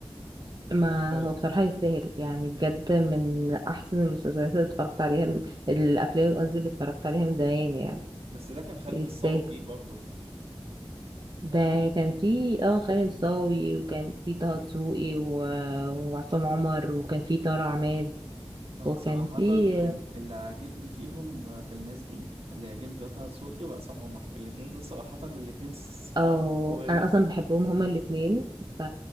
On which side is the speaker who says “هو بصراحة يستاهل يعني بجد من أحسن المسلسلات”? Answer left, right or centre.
Right